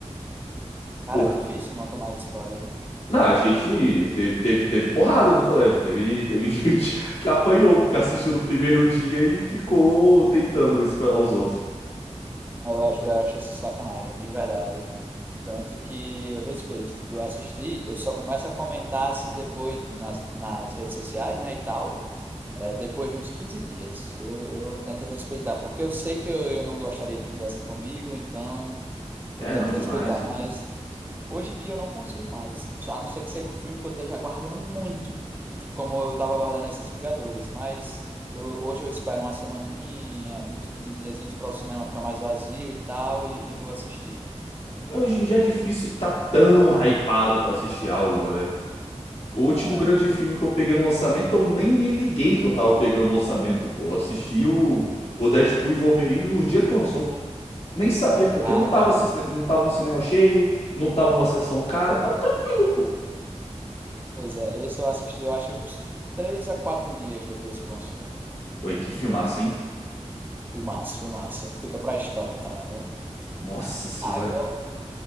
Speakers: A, on the right; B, on the left.
A: cara,
B: Porque.
A: é difícil não tomar spoiler, viu?
B: Não, a gente teve, teve, teve porrada no colégio. Teve, teve <laughs> gente que apanhou, porque assistiu do primeiro dia e ficou tentando spoiler os outros.
A: Eu acho, eu acho sacanagem, de verdade. Tanto que eu respeito, tipo, eu assisti, eu só começo a comentar assim depois nas, nas redes sociais, né, e tal. É, depois de uns 15 dias, eu, eu tento respeitar, porque eu sei que eu, eu não gostaria que usassem comigo, então eu
B: É,
A: tento
B: não, demais,
A: respeitar,
B: pô.
A: mas hoje em dia eu não consigo mais, a não ser que seja um filme que eu esteja aguardando muito, tipo como eu estava aguardando esses Vingadores, mas eu- hoje eu espero uma semaninha, uns 15 diazinhos para o cinema ficar mais vazio e tal, e, e vou assistir.
B: É, Hoje em dia é difícil tá tão hypado pra assistir algo, né? O último
A: É.
B: grande filme que eu peguei no lançamento, eu nem me liguei que eu tava pegando no lançamento, pô. Eu assisti o, o Deadpool e Wolverine no dia que lançou. Nem sabia porque
A: Ah,
B: não tava,
A: mas,
B: assis- não tava um cinema cheio, não tava uma sessão cara, tava tranquilo, pô.
A: pois é, esse eu assisti, eu acho que uns 3 a 4 dias depois que lançou.
B: Oi, que filmaço, hein?
A: Filmaço, filmaço. Fica pra história também, viu?
B: Nossa senhora.
A: Agora,